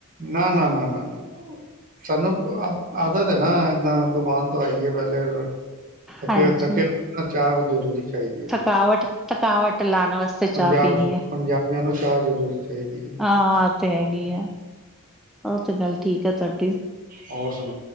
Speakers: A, on the right; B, in the centre.
A: ਨਾ ਨਾ ਨਾ ਨਾ ਨਾ ਸਾਨੂੰ ਆਦਤ ਐ ਨਾ ਏਦਾਂ ਦੁਕਾਨ ਤੋਂ ਆਈਏ ਪੈਲੇ ਅੱਕਿਆ
B: ਹਾਂਜੀ
A: ਥੱਕਿਆ ਚਾਹ ਜਰੂਰੀ। ਚਾਹੀਦੀ ਐ।
B: ਥਕਾਵਟ ਥਕਾਵਟ ਲਾਉਣ ਵਾਸਤੇ
A: ਪੰਜਾਬ
B: ਚਾਹ ਪੀਣੀ ਹੈ
A: ਪੰਜਾਬ ਮੈਨੂੰ ਚਾਹ ਜ਼ਰੂਰੀ ਚਾਹੀਦੀ ਏ।
B: ਆ ਤੇ ਹੈਗੀ ਐ। ਉਹ ਤੇ ਗੱਲ ਠੀਕ ਐ ਤਾਡੀ,
A: ਹੋਰ